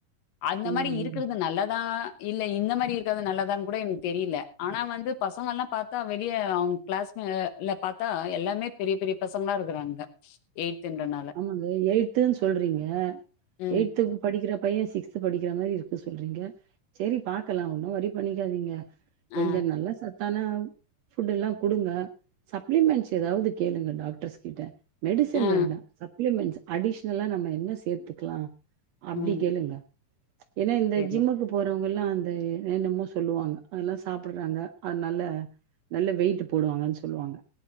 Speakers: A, on the left; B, on the right.
A: அந்த
B: ம்
A: மாரி இருக்கிறது நல்லதா இல்ல இந்த மாரி இருக்கது நல்லதான்னு கூட எனக்கு தெரியல ஆனா வந்து பசங்கல்லா பாத்தா வெளியே அவங்க கிளாஸ் ல பாத்தா எல்லாமே பெரிய பெரிய பசங்களா இருக்கிறாங்க எய்த்ன்றா
B: ஆமாங்க எய்த்துன் சொல்றீங்க
A: ம்.
B: எய்த் படிக்கிற பையன் சிக்ஸ்த் படிக்கிற மாரி இருக் சொல்றீங்க சரி பாக்கலா ஒன்னு வொரி பண்ணிக்காதீங்க கொஞ்ச
A: ஆ,
B: நல்லா சத்தான ஃபுட் எல்லா குடுங்க சப்ளிமெண்ட்ஸ் எதாவது கேளுங்க டாக்டர்ஸ்கிட்ட மெடிசன்
A: ஆ,
B: வேண்டா சப்ளிமெண்ட்ஸ் அடிஷனலா நம்ம என்ன சேத்துக்கலா அப்டி
A: ம்.
B: கேளுங்க ஏன்னா இந்த
A: சரி.
B: ஜிம்முக்கு போறவங் லா அந்த என்னமோ சொல்லுவாங்க அதெல்லா சாப்பிடுறாங்க அதுனால நல்ல வெயிட் போடுவாங்கன்னு சொல்லுவாங்க